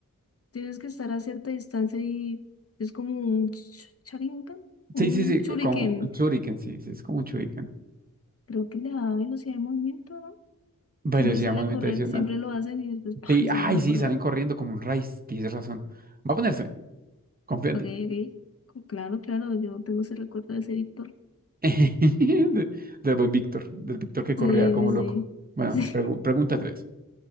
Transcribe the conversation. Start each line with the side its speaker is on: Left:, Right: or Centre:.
Left: Tienes que estar a cierta distancia y es como un ch- charingan, un
Right: Sí, sí, sí,
Left: shuriken.
Right: co- como un shuriken, sí, sí, es como un shuriken.
Left: Creo que le da velocidad de movimiento, ¿no?
Right: Velocidad,
Left: Siempre sale
Right: movimiento
Left: a correr,
Right: adicional.
Left: siempre lo hacen y después ¡pam!
Right: Sí,
Left: salen
Right: ay,
Left: a
Right: sí,
Left: correr.
Right: salen corriendo como un raíz, tienes razón. Va a ponerse, confío en
Left: Ok,
Right: ti.
Left: ok. Co- Claro, claro, yo tengo ese recuerdo de ese Víctor.
Right: <laughs> De- del buen Víctor, del Víctor que corría
Left: Sí,
Right: como
Left: sí,
Right: loco. Bueno,
Left: sí.
Right: pregu-
Left: <laughs>
Right: pregunta 3.